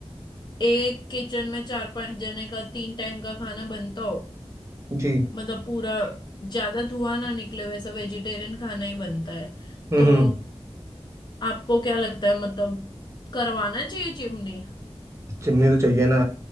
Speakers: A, on the left; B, on the right.
A: एक किचन में चार पांच जने का तीन टाइम का खाना बनता हो
B: जी
A: मतलब पूरा ज्यादा धुआं ना निकले वैसा वेजिटेरियन खाना ही बनता है
B: हम्म
A: तो
B: हम्म
A: आपको क्या लगता है मतलब करवाना चाहिए चिमनी
B: चिमनी तो चाहिए ना